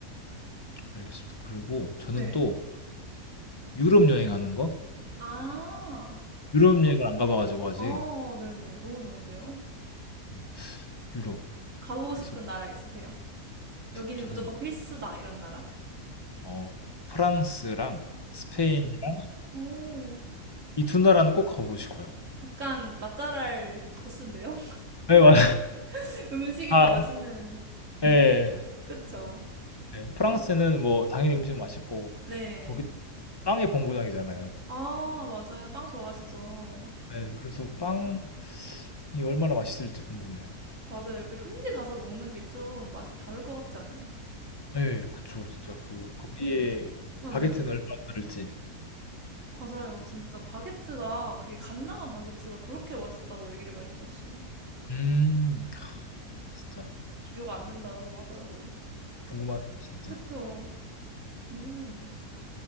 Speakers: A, on the left; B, on the right.
A: 알겠습니다. 그리고 저는
B: 네.
A: 또 유럽 여행하는 거?
B: 아,
A: 유럽 여행을 안 가봐가지고 아직
B: 어, 네네. 너무 좋은데요?
A: 네, 유럽.
B: 가보고
A: 그래서
B: 싶은 나라 있으세요? 여기는
A: 저는
B: 무조건 필수다, 이런 나라?
A: 어 프랑스랑 스페인이랑
B: 오,
A: 이 두 나라는 꼭 가보고 싶어요.
B: 약간 맛잘알 코스인데요?
A: 네 맞아요.
B: <laughs> 음식이
A: 아,
B: 다 맛있는,
A: 네,
B: 그쵸?
A: 네. 프랑스는 뭐 당연히 음식 맛있고
B: 네.
A: 거기 빵의 본고장이잖아요.
B: 아, 맞아요. 빵 좋아하시죠?
A: 네, 그래서 빵이 얼마나 맛있을지 궁금해요.
B: 맞아요. 그 현지 가서 먹는 게 좀 맛이 다를 것 같지 않아요?
A: 네, 그쵸. 진짜 그 거기에
B: 맞아요.
A: 바게트는 얼마나 들을지.
B: 맞아요. 진짜 바게트가 그게 갓 나온 바게트가 그렇게 맛있다고 얘기를 많이 들었어요.
A: 음, 진짜
B: 비교가 안 된다고 하더라고요.
A: 궁금하네요 진짜.
B: 그쵸? 음.